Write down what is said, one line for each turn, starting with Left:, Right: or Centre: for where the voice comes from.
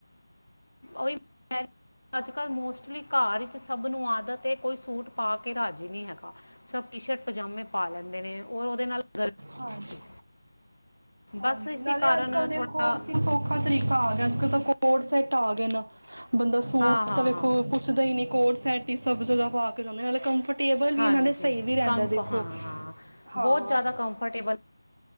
Left: ਓਈ ਐ ਅੱਜ-ਕੱਲ੍ਹ ਮੋਸਟਲੀ ਘਰ ਵਿੱਚ ਸਭ ਨੂੰ ਆਦਤ ਏ, ਕੋਈ ਸੂਟ ਪਾ ਕੇ ਰਾਜੀ ਨੀ ਹੈਗਾ। ਸਭ ਟੀ-ਸ਼ਰਟ, ਪਜਾਮੇ ਪਾ ਲੈਂਦੇ ਨੇ। ਔਰ ਉਹਦੇ ਨਾਲ ਗਰਮੀ
Right: ਹਾਂਜੀ ਹਾਂਜੀ
Left: ਬਸ ਇਸੇ
Right: ਨਾਲੇ
Left: ਕਾਰਨ
Right: ਅੱਜ ਕੱਲ੍ਹ ਦੇਖੋ
Left: ਥੋੜ੍ਹਾ
Right: ਕਿ ਸੌਖਾ ਤਰੀਕਾ ਆ ਗਿਆ ਅੱਜ-ਕਲ ਤਾਂ ਕੋਡ-ਸੈਟ ਆ ਗਏ ਨੇ, ਬੰਦਾ ਸੂਟ
Left: ਹਾਂ ਹਾਂ
Right: ਤਾਂ ਵੇਖੋ
Left: ਹਾਂ
Right: ਕੋ ਪੁੱਛਦਾ ਨੀ, ਕੋਡ-ਸੈਟ ਈ ਸਭ ਜਗਾ ਪਾ ਕੇ ਜਾਂਦੇ ਨੇ, ਨਾਲੇ ਕੰਫਰਟੇਬਲ ਵੀ
Left: ਹਾਂਜੀ
Right: ਐ ਨਾਲੇ ਸਹੀ ਵੀ ਰਹਿੰਦਾ
Left: ਕੰਫ
Right: ਦੇਖੋ।
Left: ਹਾਂ
Right: ਹਾਂ
Left: ਬਹੁਤ ਜ਼ਿਆਦਾ ਕੰਫਰਟੇਬਲ